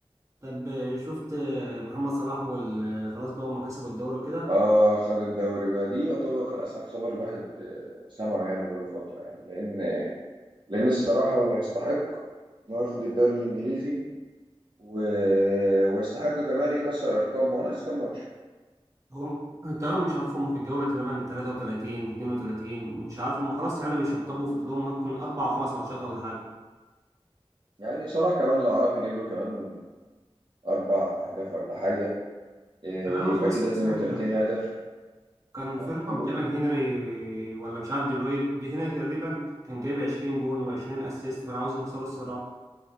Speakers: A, on the right (about 30°); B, on the right (about 50°).
A: طب شفت محمد صلاح وال- خلاص بقى هما كسبوا الدوري كده
B: اه خد الدوري بقى دي يعتبر اسعد خبر الواحد آه، سمعه يعني بقاله فتره يعني لان لان الصراحه هو يستحق انه ياخد الدوري الانجليزي و... ويستحق كمان يكسر ارقام هو ناقص كام ماتش
A: هم تمام مش عارف هما في الجولة تقريبا 33 32 مش عارف هما خلاص يعني بيشطبوا في طولهم ممكن أربع أو خمس ماتشات ولا حاجة
B: يعني صلاح كمان لو عرف يجيب له كمان اربع اهداف ولا حاجه إيه،
A: أنا عاوزه
B: يبقى
A: بس
B: كده
A: يكسب
B: 32 هدف
A: كان
B: فحلوين
A: في رقم تامن
B: يعني.
A: هنري ولا مش عارف دي بروين دي هنري تقريبا كان جايب 20 جون و20 اسيست فأنا عاوز يكسروا الصراحة